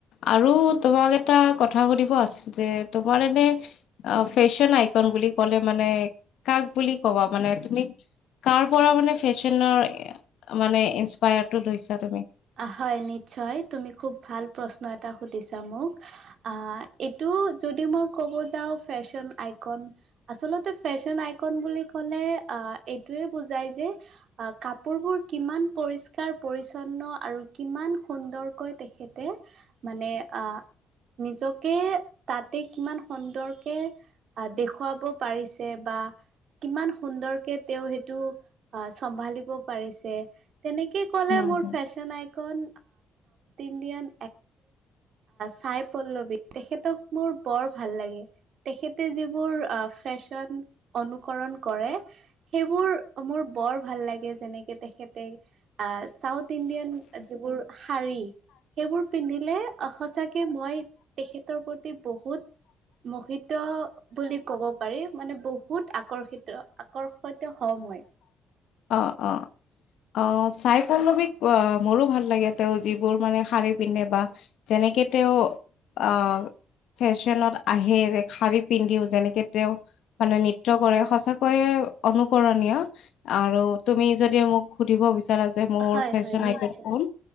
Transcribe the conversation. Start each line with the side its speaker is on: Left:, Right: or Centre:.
Left: আৰু তোমাক এটা কথা সুধিব আছিল যে তোমাৰ এনে ফেশ্বন আইকন বুলি কলে মানে কাক বুলি কবা মানে, তুমি কাৰ পৰা মানে ফেশ্বনৰ মানে ইনস্পায়াৰটো লৈছা তুমি?
Right: হয় নিশ্চয়, তুমি খুব ভাল প্ৰশ্ন এটা এটা সুধিছা মোক। অ' এইটো যদি মই ক'ব যাওঁ ফেশ্বন আইকন, আচলতে ফেশ্বন আইকন বুলি ক'লে এইটোৱে বুজাই যে কাপোৰবোৰ কিমান পৰিষ্কাৰ, পৰিছন্ন আৰু কিমান সুন্দৰকৈ তেখেতে মানে, আহ, নিজকে তাতে কিমান সুন্দৰকে আহ দেখুৱাব পাৰিছে বা কিমান সুন্দৰকে তেওঁ সেইটো আহ চম্ভালিব পাৰিছে। তেনেকে ক'লে
Left: উম
Right: মোৰ
Left: হম
Right: ফ্ব আইকন ইণ্ডিয়ান চাই পল্লৱী তেখেতক মোৰ বৰ ভাল লাগে তেখেতে যিবোৰ ফেশ্বন অনুকৰণ কৰে সেইবোৰ মোৰ ভাল লাগে যেনেকে তেখেতে চাউথ ইণ্ডিয়ান ইণ্ডিয়ান যিবোৰ শাৰী, সেইবোৰ পিন্ধিলে অ' সঁচাকে মই তেখেতৰ প্ৰতি বহুত মহিত বুলি ক'ব পাৰি মানে বহুত আকৰ্ষিত আকৰ্ষত হওঁ মই
Left: অ' অ' অ' চাইফল্লবিক অ' মোৰো ভাল লাগে তেওঁ যিবোৰ মানে শাৰী পিন্ধে বা যেনেকে তেওঁ আ ফেশ্বনত আহে ৰে শাৰী পিন্ধিও যেনেকে তেওঁ মানে নৃত্য কৰে সঁচাকৈয়ে অনুকৰণীয় আৰু তুমি যদি মোক সুধিব গৈছে তেৰা যে মোৰ
Right: হয়
Left: ফেশ্বন
Right: হয় নিশ্চয়
Left: আইটেম বোৰ